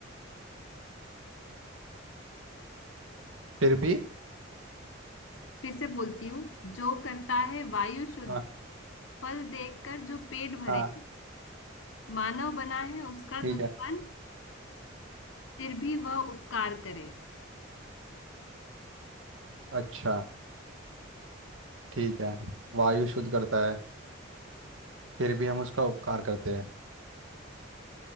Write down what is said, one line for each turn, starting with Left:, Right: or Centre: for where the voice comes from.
Right: फिर भी
Left: फिर से बोलती हूँ जो करता है वायु शुद्ध
Right: हाँ
Left: फल देखकर जो पेट भरे
Right: हाँ
Left: मानव बना है उसका
Right: ठीक
Left: दुश्मन
Right: है
Left: फिर भी वह उपकार करे
Right: अच्छा ठीक है वायु शुद्ध करता है फिर भी हम उसका उपकार करते हैं